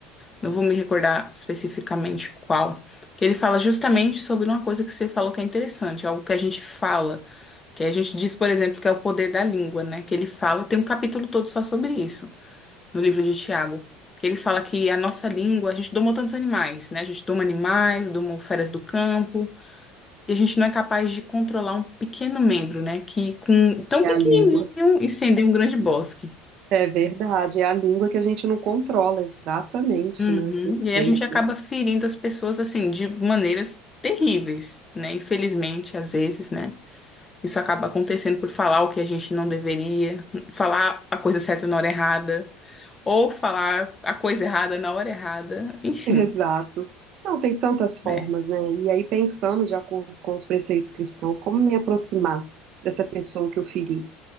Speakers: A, on the left (about 25°); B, on the right (about 55°).
A: Não vou me recordar especificamente qual. Que ele fala justamente sobre uma coisa que você falou que é interessante, algo que a gente fala, que a gente diz, por exemplo, que é o poder da língua, né? Que ele fala, tem um capítulo todo só sobre isso, no livro de Tiago. Que ele fala que a nossa língua, a gente doma tantos animais, né? A gente doma animais, doma feras do campo e a gente não é capaz de controlar um pequeno membro, né? Que com tão
B: É
A: pequenininho
B: a língua.
A: incendeia um grande bosque.
B: É verdade, é a língua que a gente não controla, exatamente,
A: Uhum.
B: né? Perfeito.
A: E aí a gente acaba ferindo as pessoas assim de maneiras terríveis, né? Infelizmente, às vezes, né? Isso acaba acontecendo por falar o que a gente não deveria, falar a coisa certa na hora errada, ou falar a coisa errada na hora errada, enfim,
B: Exato. Não, tem tantas formas,
A: né?
B: né? E aí, pensando de acordo com os preceitos cristãos, como me aproximar dessa pessoa que eu feri?